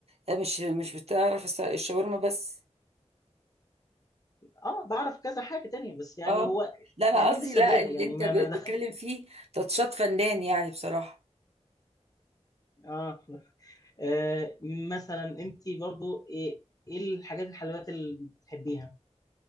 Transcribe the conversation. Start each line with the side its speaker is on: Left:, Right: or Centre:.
Right: آه، مش مش بتعرف الس- الشاورما بس
Left: اه بعرف كذا حاجه تانية بس يعني
Right: اه
Left: هو
Right: لا انا
Left: يعني
Right: قصدي
Left: لسه
Right: لا
Left: بادئ
Right: اللي
Left: يعني
Right: انت
Left: ما
Right: بتتكلم
Left: ما دخل
Right: فيه تاتشات فنان يعني بصراحه
Left: اه, آه مثلا انت برضو ايه ايه الحاجات الحلويات اللي بتحبيها